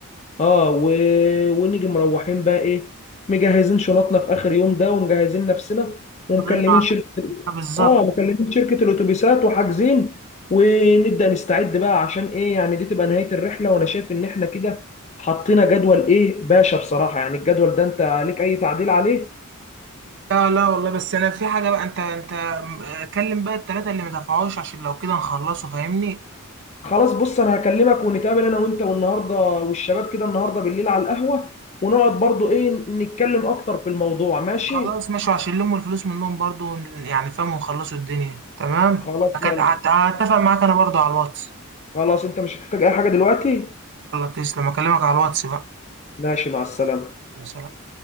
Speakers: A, on the left (about 30°); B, on the right (about 55°).
A: اه و... ونيجي مروحين بقى ايه مجهزين شنطنا في اخر يوم ده ومجهزين نفسنا ومكلمين
B: كلنا على-
A: شركه
B: بالظبط
A: اه مكلمين شركه الاتوبيسات وحاجزين ونبدا نستعد بقى عشان ايه يعني دي تبقى نهايه الرحله وانا شايف ان احنا كده حطينا جدول ايه باشا بصراحه يعني الجدول ده انت ليك اي تعديل عليه
B: لا لا والله بس أنا في حاجة بقى أنت أنت م- كلم بقى التلاتة اللي مدفعوش عشان لو كده نخلصه فاهمني
A: خلاص بص انا هكلمك ونتقابل انا وانت والنهارده والشباب كده النهارده بالليل على القهوه ونقعد برضو ايه نتكلم اكتر في الموضوع ماشي
B: خلاص ماشي عشان نلم الفلوس منهم برضه ون- يعني فاهم ونخلصوا الدنيا تمام
A: خلاص
B: هك-
A: يلا
B: هت- هتفق معاك أنا برضه على الواتس
A: خلاص انت مش هتحتاج اي حاجة دلوقتي
B: الله تسلم اكلمك على الواتس بقى
A: ماشي مع السلامة
B: يا سلام